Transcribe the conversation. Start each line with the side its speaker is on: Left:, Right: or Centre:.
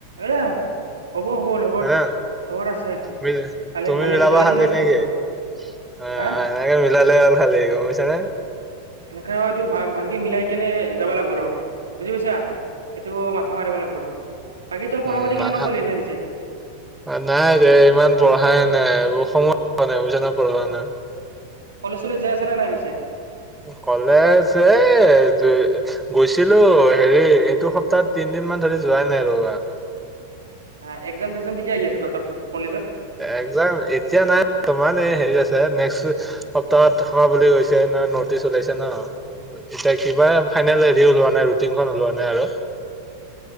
Right: এয়া হ'ব হ'ব লগৰ
Centre: হয়
Right: লগৰ
Centre: নে
Right: আছে।
Centre: মিল
Right: ভালে
Centre: তুমি
Right: ভালে
Centre: মিলাবা
Right: ভালে
Centre: খালী
Right: খিনি আছে
Centre: নেকি
Right: লগৰ
Centre: অ
Right: হা
Centre: এনেকে মিলালে হ'ল খালি। গৈছেনে।
Right: সেনেকা এইটো ভাল ভালকে মিলাই কেনি, যাব লাগিব ৰ বুজি পাইছা এইটো মাথা মাৰিব লাগিব ৰ। বাকী তোৰ পঢ়া
Centre: ওম
Right: পাতি কেনেকুৱা
Centre: মাথা
Right: চলি আছে পিছে
Centre: নাই দে ইমান পঢ়াই নাই। সময় নাই সেইকাৰণে পঢ়া নাই।
Right: কলেজ চলেজ যাই আছা নে নাই পিছে।
Centre: কলেজ এ গৈছিলোঁ হেৰি এইটো সপ্তাহত তিনদিন মান ধৰি যোৱাই নাই ৰবা।
Right: অ এক্সাম চেক্সাম কেতিয়া আহি আছে তহঁতৰ। কলেজৰ?
Centre: একজাম এতিয়া নাই ত মানে। হেৰী আছে নেক্সট্ সপ্তাহত হোৱা বুলি কৈছে। নটিচ ওলাইছে ন এতিয়া কিবা ফাইনেল হেৰি ওলোৱা নাই ৰুটিনখন ওলোৱা নাই আৰু।